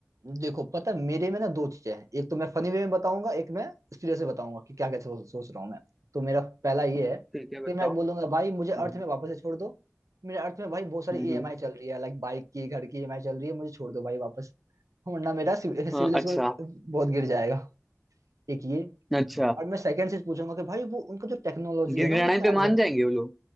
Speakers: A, on the right (about 85°); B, in the centre.
A: देखो पता है मेरे में ना दो चीजें हैं एक तो मैं फनी वे में बताऊंगा एक मैं सीरियस में बताऊंगा कि क्या क्या सोच सोच रहा हूँ मैं तो मेरा पहला ये है
B: ठीक है बताओ
A: कि मैं बोलूंगा भाई मुझे
B: हम्म,
A: अर्थ में वापस से छोड़ दो मेरे अर्थ में भाई बहुत सारी
B: हम्म
A: ईएमआई
B: हम्म।
A: चल रही है लाइक बाइक की घर की ईएमआई चल रही है मुझे छोड़ दो भाई वापस वरना मेरा सिविल
B: हाँ, अच्छा
A: स्कोर बहुत गिर जाएगा एक ये
B: अच्छा
A: और मैं सेकंड चीज पूछूंगा कि भाई वो उनका जो टेक्नोलॉजी
B: गिड़गिड़ाने
A: है ना वो इतना
B: पे
A: एडवांस
B: मान जाएंगे वो लोग